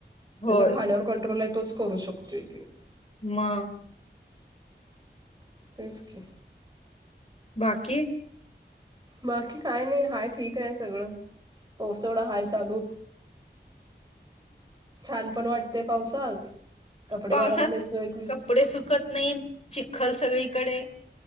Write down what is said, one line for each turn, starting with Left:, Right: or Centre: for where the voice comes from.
Left: होय.
Right: ज्याच खाण्यावर कंट्रोल आहे तोच करू शकतोय ते.
Left: मग
Right: तेच की
Left: बाकी
Right: बाकी काय नाही हाय ठीक आहे सगळ. पाऊस तेवढा हाय चालू. छान पण वाटतेय पावसात कपडे
Left: पावसात
Right: वाळत नाही तो एक वि <unintelligible>
Left: कपडे सुकत नाही चिखल सगळीकडे